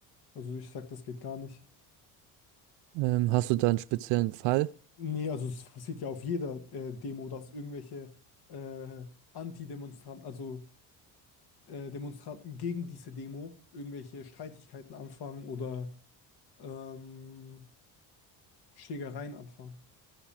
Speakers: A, on the left (about 65°); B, on the right (about 85°).
A: Also ich sag, das geht gar nicht.
B: Ähm, hast du da einen speziellen Fall?
A: Nee, also es passiert ja auf jeder äh, Demo, dass irgendwelche äh, Anti-Demonstranten, also äh, Demonstranten gegen diese Demo irgendwelche Streitigkeiten anfangen oder ähm, Schlägereien anfangen.